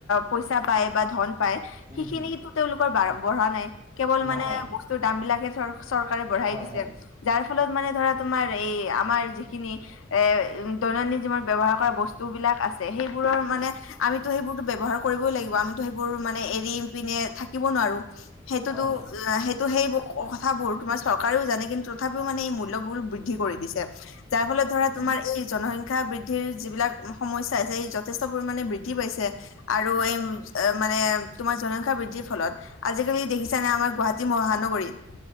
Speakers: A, on the left; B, on the right.
A: পইচা পায় বা ধন পায় সেইখিনি
B: উম হম
A: কিন্তু তেওঁলোকৰ বঢ়া নাই কেৱল
B: নাই
A: মানে বস্তুৰ দাম বিলাকে- চৰ চৰকাৰে বঢ়াই
B: হয়
A: দিছে
B: হয়
A: যাৰ ফলত মানে ধৰা তোমাৰ এই আমাৰ যিখিনি এ দৈনন্দিন জীৱনত ব্যৱহাৰ কৰা বস্তুবিলাক আছে সেইবোৰৰ মানে আমিতো সেইবোৰতো ব্যৱহাৰ কৰিবই লাগিব। আমো সেইবোৰ মানে এৰি পিনে থাকিব নোৱাৰো সেইটোতো
B: হয় হয়
A: ত' সেইবোৰ কথাবোৰ তোমাৰ চৰকাৰেও জানে কিন্তু তথাপিও মানে এই মূল্যবোৰ বৃদ্ধি কৰি দিছে। তাৰ ফলত ধৰা
B: উম
A: তোমাৰ এই জনসংখ্যা ক্ষা বৃদ্ধিৰ যিবিলাক সমস্যা আছে ই যথেষ্ট পৰিমণে বৃদ্ধি পাইছে আৰু এই মানে তোমাৰ জনসংখ্যা বৃদ্ধিৰ ফলত আজিকালি দেখিছা নাই আমাৰ গুৱাহাটী মহানগৰীত